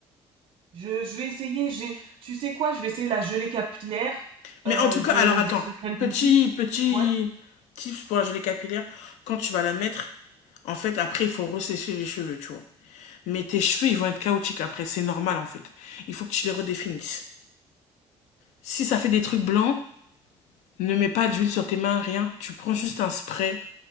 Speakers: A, on the right; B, on the left.
A: Je, je vais essayer. Je vais, tu sais quoi? Je vais essayer la gelée capillaire
B: Mais
A: euh,
B: en tout
A: de
B: cas, alors attends,
A: des secrets de
B: petit,
A: Molly.
B: petit
A: Ouais,
B: tips pour la gelée capillaire, quand tu vas la mettre, en fait, après, il faut ressécher les cheveux, tu vois. Mais tes cheveux, ils vont être chaotiques après, c'est normal en fait. Il faut que tu les redéfinisses. Si ça fait des trucs blancs, ne mets pas d'huile sur tes mains, rien. Tu prends juste un spray